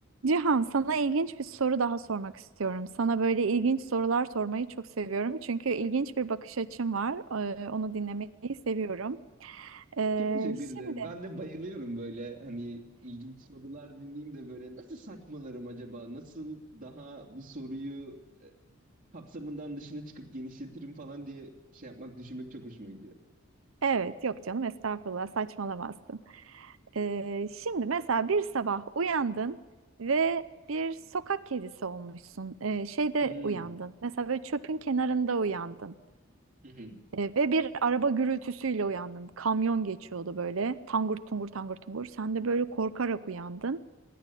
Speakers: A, on the right; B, on the right.
A: Cihan, sana ilginç bir soru daha sormak istiyorum. Sana böyle ilginç sorular sormayı çok seviyorum. Çünkü ilginç bir bakış açın var. Ee, onu dinlemeyi seviyorum. Ee,
B: Çok teşekkür
A: şimdi,
B: ederim. Ben de bayılıyorum böyle hani ilginç sorular dinleyeyim de böyle nasıl saçmalarım acaba? Nasıl daha bu soruyu kapsamından dışına çıkıp genişletirim falan diye şey yapmak, düşünmek çok hoşuma gidiyor.
A: evet, yok canım, estağfurullah, saçmalamazsın. Ee, şimdi mesela bir sabah uyandın ve bir sokak kedisi olmuşsun. Ee, şeyde
B: Hmm.
A: uyandın. Mesela böyle çöpün kenarında uyandın.
B: Hı hı.
A: E, ve bir araba gürültüsüyle uyandın. Kamyon geçiyordu böyle. tangur tungur tangur tungur. Sen de böyle korkarak uyandın.